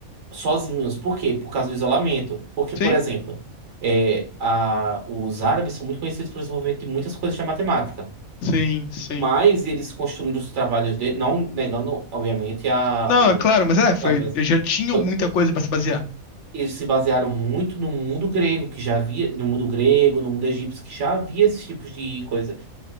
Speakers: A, on the right; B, on the left.
A: sozinhos. Por quê? Por causa do isolamento. Porque,
B: Sim,
A: por exemplo, é, a- os árabes são muito conhecidos pelo desenvolvimento de muitas coisas da matemática.
B: sim, sim.
A: Mas eles construíram os trabalhos dele, não negando, obviamente, a,
B: Não,
A: o,
B: é claro, mas é, foi,
A: claro, mas
B: já tinham
A: foi-
B: muita coisa pra se basear.
A: eles se basearam muito no mundo grego, que já havia, no mundo grego, no mundo egípcio, que já havia esses tipos de coisa